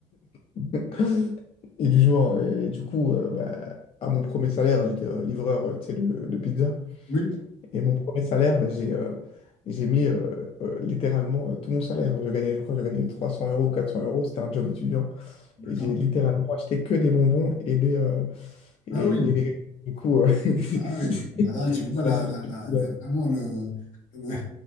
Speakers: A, on the left; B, on the left.
A: <laughs> Et du jour, euh, et du coup, euh, bah, à mon premier salaire, j'étais euh, livreur, euh, tu sais, de, de pizza.
B: Oui,
A: Et mon premier salaire, bah, j'ai euh, j'ai mis euh, euh, littéralement euh, tout mon salaire. hein. Je gagnais, je crois, que je gagnais 300 euros ou 400 euros. C'était un job étudiant.
B: d'accord.
A: Et j'ai littéralement acheté que des bonbons et des euh, et,
B: Ah oui,
A: et des. gâteaux. Du coup, euh, <laughs>
B: ah oui. Ah bah là,
A: c'est
B: tu vois, là,
A: assez
B: là,
A: stupide.
B: là, là,
A: hein.
B: vraiment le, le-